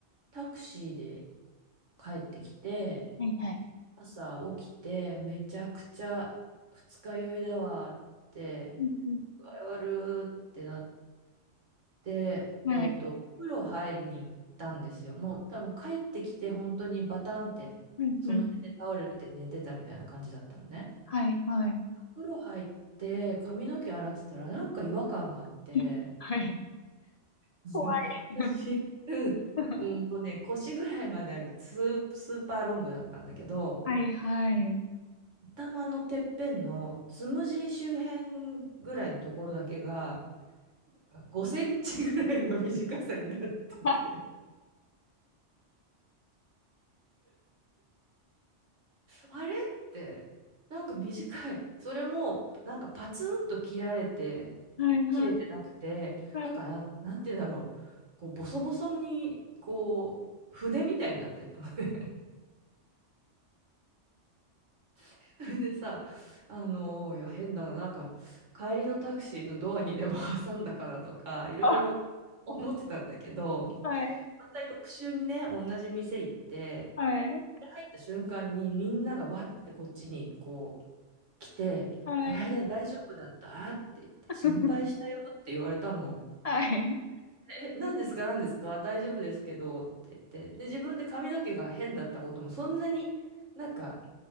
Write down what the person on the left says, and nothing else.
はい、はい。
うん、うん、
はい、
うん、うん、はい、はい。
<laughs> はい。
怖
い。
<laughs>
はい、はい。
あ
はい、はい、
はい。
あ、はい、
はい、
はい。
<laughs>
はい。